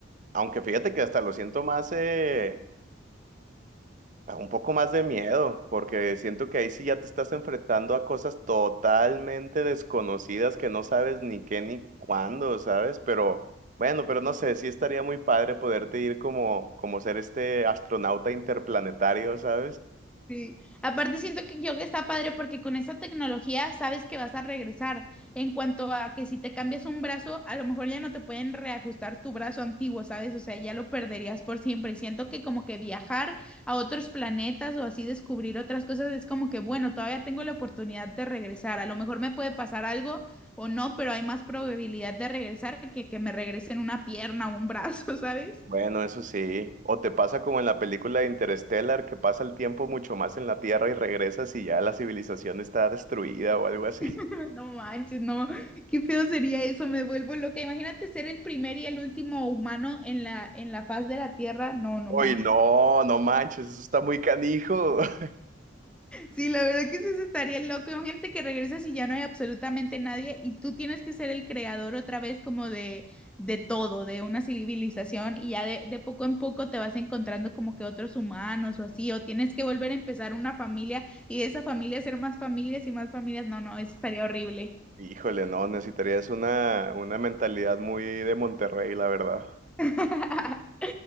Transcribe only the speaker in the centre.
Sí. Aparte siento que yo que está padre porque con esa tecnología sabes que vas a regresar. En cuanto a que si te cambias un brazo, a lo mejor ya no te pueden reajustar tu brazo antiguo, ¿sabes? O sea, ya lo perderías por siempre. Y siento que como que viajar a otros planetas o así descubrir otras cosas es como que, bueno, todavía tengo la oportunidad de regresar. A lo mejor me puede pasar algo o no, pero hay más probabilidad de regresar que que me regresen una pierna o un brazo, <laughs> ¿sabes?
<laughs> No manches, no, qué feo sería eso, me vuelvo loca. Imagínate ser el primer y el último humano en la, en la faz de la Tierra. No, no
manches.
Sí, la verdad que sí se estaría loco. Imagínate que regresas y ya no hay absolutamente nadie y tú tienes que ser el creador otra vez como de, de todo, de una civilización y ya de, de poco en poco te vas encontrando como que otros humanos o así, o tienes que volver a empezar una familia y de esa familia ser más familias y más familias. No, no, eso estaría horrible.
<laughs>